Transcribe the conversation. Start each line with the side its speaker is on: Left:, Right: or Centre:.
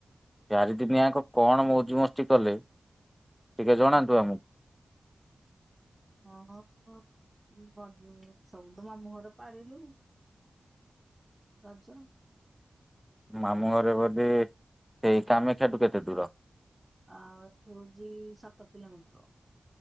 Centre: ଚାରି ଦିନ ୟାକ କଣ ମୋଜ ମସ୍ତି କଲେ ଟିକେ ଜଣାନ୍ତୁ
Right: ହୁଁ
Centre: ଆମକୁ?
Right: ହଁ <unintelligible> ସବୁ ତ ମାମୁଁ ଘରେ ପାଳିଲୁ। ରଜ।
Centre: ମାମୁଁ ଘରେ ବୋଧି ସେଇ କାମାକ୍ଷାଠୁ କେତେ ଦୂର
Right: ଅ ତୁଜି ସାତ କିିଲୋମିଟର।